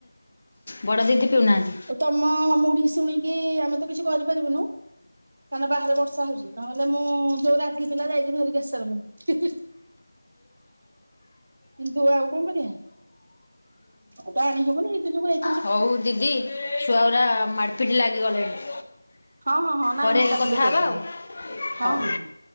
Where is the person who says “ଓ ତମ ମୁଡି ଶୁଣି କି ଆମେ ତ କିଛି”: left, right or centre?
Right